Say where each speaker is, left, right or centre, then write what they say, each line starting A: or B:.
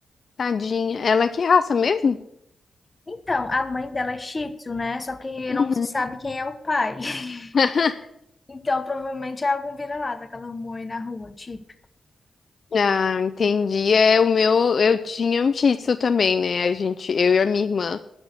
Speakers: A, on the left (about 55°); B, on the left (about 25°).
A: tadinha. Ela é que raça mesmo?
B: Então, a mãe dela é Shih Tzu, né? Só que
A: Uhum.
B: não se sabe quem é o pai. <laughs>
A: <laughs>
B: Então, provavelmente é algum vira-lata que ela arrumou aí na rua, tipo.
A: Ah, entendi. É o meu, eu tinha um Shih Tzu também, né? A gente, eu e a minha irmã,